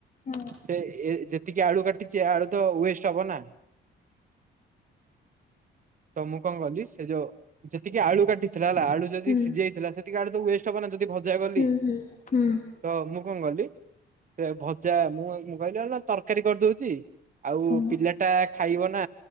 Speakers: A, on the left; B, on the right.
A: ହଁ
B: ସେ ଏ ଯେତିକି ଆଳୁ କାଟିଛି ଆଳୁ ତ ୱେଷ୍ଟ ହବ ନା ତ ମୁଁ କଣ କଲି ସେ ଯୋଉ ଯେତିକି ଆଳୁ କାଟିଥିଲା ହେଲା ଆଳୁ ଯଦି
A: ହୁଁ
B: ସିଝି ଯାଇଥିଲା ସେତିକି ଆଡେ ତ ୱଷ୍ଟ ହବ ନା ଯଦି ଭଜା ଗଲି
A: ହୁଁ ହୁଁ ହୁଁ
B: ତ ମୁଁ କଣ କଲି ସେ ଭଜା ମୁଁ କହିଲି ନା ତରକାରୀ କରିଦଉଛି ଆଉ
A: ହଁ
B: ପିଲାଟା ଖାଇବ ନା